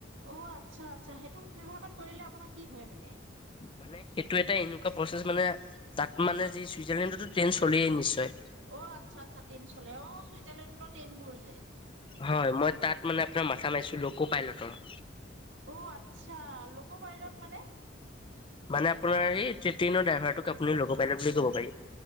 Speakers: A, on the right; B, on the left.
A: অ আচ্ছা আচ্ছা সেইটো ব্যৱহাৰত কৰিলে আপোনাৰ কি হয় মানে
B: মানে সেইটো এটা এনেকুৱা প্ৰচেছ মানে তাত মানে যি চুইজাৰলেণ্ডতো ট্ৰেইন চলিয়েই নিশ্চয়
A: অ আচ্ছা আচ্ছা ট্ৰেইন চলে অ ছুইজাৰলেণ্ডৰ ট্ৰেইন বোৰ যে
B: হয় মই তাত মানে আপোনাৰ মাথা মাৰিছো লকো পাই ল ত ৰ
A: অ আচ্ছা লোক পাইলট মানে
B: মানে আপোনাৰ এই ট্ৰেইনৰ ড্ৰাইভাৰটোক আপুনি লোক পাইলট বুলি কব পাৰি